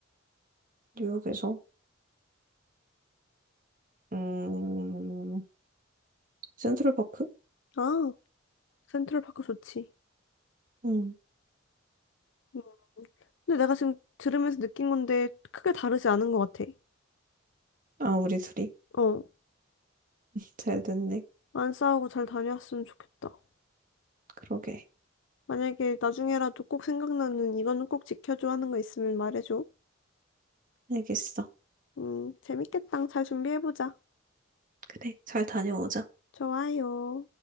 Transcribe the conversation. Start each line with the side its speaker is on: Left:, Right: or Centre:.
Right: 뉴욕에서, 음, 센트럴파크?
Left: 아, 센트럴파크 좋지.
Right: 음,
Left: 음, 근데 내가 지금 들으면서 느낀 건데 크게 다르지 않은 것 같아.
Right: 아, 우리 둘이.
Left: 어,
Right: 잘 됐네.
Left: 안 싸우고 잘 다녀왔으면 좋겠다.
Right: 그러게.
Left: 만약에 나중에라도 꼭 생각나는 이거는 꼭 지켜줘 하는 거 있으면 말해줘.
Right: 알겠어.
Left: 음, 재밌겠다. 잘 준비해보자.
Right: 그래, 잘 다녀오자.
Left: 좋아요.